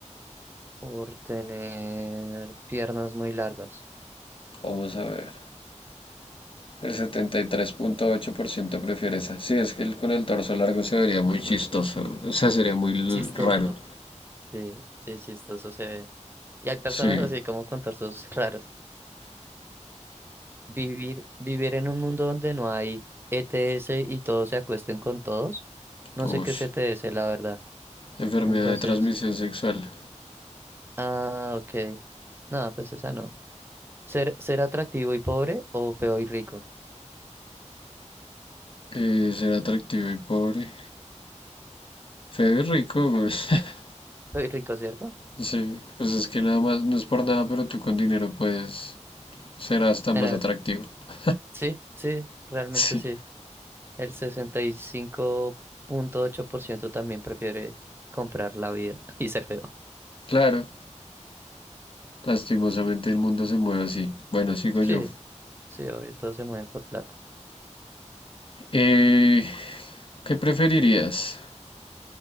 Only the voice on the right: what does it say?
Por tener piernas muy largas.
Chistoso.
Sí, sí, chistoso se ve. Y hay personas
así como con torsos <laughs> raros. Vivir, vivir en un mundo donde no hay ETS y todos se acuesten con todos. No
sé qué es ETS, la verdad.
Entonces,
ah, ok. Nada, pues esa no. Ser, ser atractivo y pobre o feo y rico.
Feo y rico, ¿cierto?
Tener-
sí, sí, realmente
sí. El sesenta y cinco punto ocho por ciento también prefiere comprar la vida <laughs> y ser feo.
Sí,
sí, obvio, todo se mueve por plata.